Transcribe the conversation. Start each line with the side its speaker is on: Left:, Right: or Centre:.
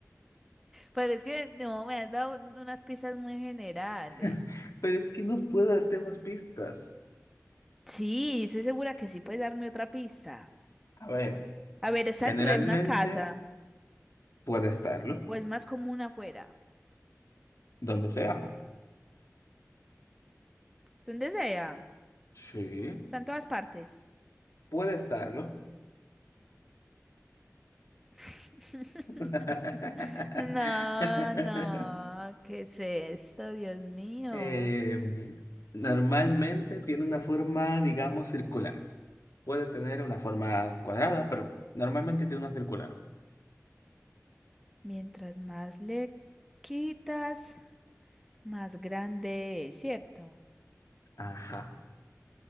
Centre: Pero es que no, me has dado un- unas pistas muy generales.
Left: <laughs> Pero es que no puedo darte más pistas.
Centre: Sí, estoy segura que sí puedes darme otra pista.
Left: A ver,
Centre: A ver, ¿está
Left: generalmente
Centre: dentro de una casa
Left: puede estarlo,
Centre: o es más común afuera?
Left: donde sea.
Centre: Donde sea,
Left: Sí.
Centre: está en todas partes.
Left: Puede estarlo.
Centre: <laughs>
Left: <laughs>
Centre: No, no, ¿qué es esto, Dios mío?
Left: Em,
Centre: <clears throat>
Left: normalmente
Centre: Mm.
Left: tiene una forma, digamos, circular. Puede tener una forma cuadrada, pero normalmente tiene una circular.
Centre: Mientras más le quitas, más grande es, ¿cierto?
Left: Ajá.